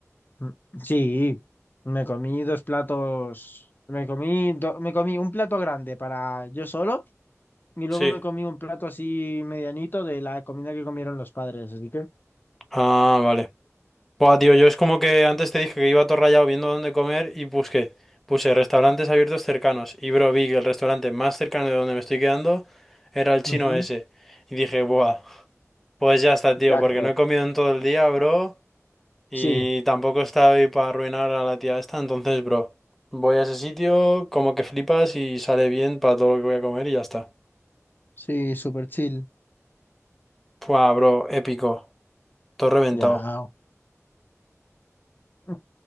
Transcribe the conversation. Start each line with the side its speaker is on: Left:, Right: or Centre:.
Left: Mm, Sí, me comí dos platos, me comí, do- me comí un plato grande para yo solo. Y luego
Centre: Sí.
Left: me comí un plato así medianito de la comida que comieron los padres, así que...
Centre: Ah, vale. Buah, tío, yo es como que antes te dije que iba todo rayado viendo dónde comer y busqué. Puse restaurantes abiertos cercanos y bro, vi que el restaurante más cercano de donde me estoy quedando era el chino
Left: ujú,
Centre: ese. Y dije, buah, pues ya está, tío,
Left: Jackpot.
Centre: porque no he comido en todo el día, bro, y
Left: Sí,
Centre: tampoco estaba ahí para arruinar a la tía esta, entonces, bro, voy a ese sitio, como que flipas y sale bien para todo lo que voy a comer y ya está.
Left: Sí, súper chill.
Centre: Buah, bro, épico, todo reventado.
Left: Ya. <laughs>